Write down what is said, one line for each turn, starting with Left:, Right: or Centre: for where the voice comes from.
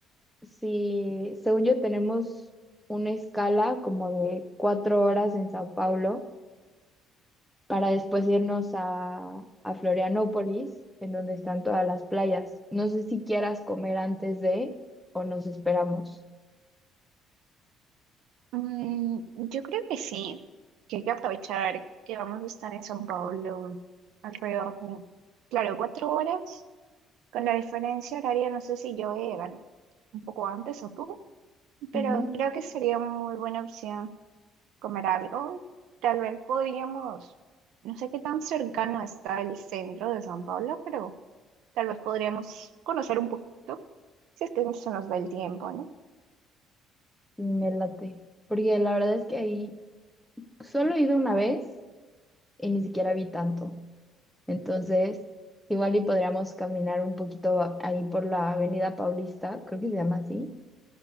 Centre: si, según yo, tenemos una escala como de cuatro horas en Sao Paulo para después irnos a, a Florianópolis, en donde están todas las playas. No sé si quieras comer antes de o nos esperamos.
Right: Mm, yo creo que sí, que hay que aprovechar que vamos a estar en São Paulo alrededor de, claro, cuatro horas, con la diferencia horaria, no sé si yo voy a llegar un poco antes o tú, pero
Centre: Ujú.
Right: creo que sería muy buena opción comer algo. Tal vez podríamos, no sé qué tan cercano está el centro de San Pablo, pero tal vez podríamos conocer un poquito, si es que se nos da el tiempo, ¿no?
Centre: Y me late, porque la verdad es que ahí solo he ido una vez y ni siquiera vi tanto. Entonces, igual y podríamos caminar un poquito a- ahí por la Avenida Paulista, creo que se llama así,